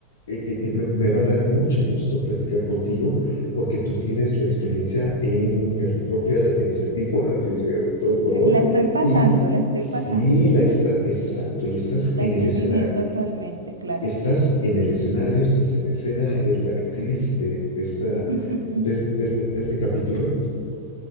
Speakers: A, on the left; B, on the right.
A: eh, eh, me, me va a dar mucho gusto platicar contigo porque tú tienes la experiencia en carne propia, la tienes en vivo, la tienes de todo color
B: Eh, La estoy pasando,
A: y
B: la estoy
A: sí,
B: pasando.
A: la está, exacto, y estás
B: La
A: en
B: estoy
A: el escenario,
B: viviendo actualmente, claro.
A: estás en el escenario, estás en escena, eres la actriz de, de esta...
B: <laughs>
A: De, este, de este, de este capítulo